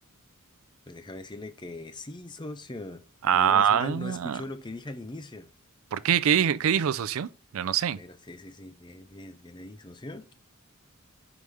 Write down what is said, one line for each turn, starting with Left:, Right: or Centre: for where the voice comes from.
Left: Pues déjame decirle que sí, socio.
Right: Ah.
Left: Menos mal no escuchó lo que dije al inicio.
Right: ¿Por qué? ¿Qué dijo, qué dijo, socio? Yo no sé.
Left: Pero sí, sí, sí. Bien, bien, bien ahí, socio. A